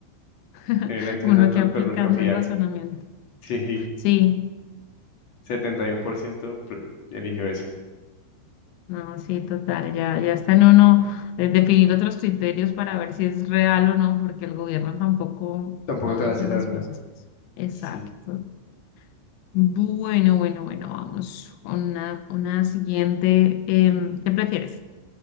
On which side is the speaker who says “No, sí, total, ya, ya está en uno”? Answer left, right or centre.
Left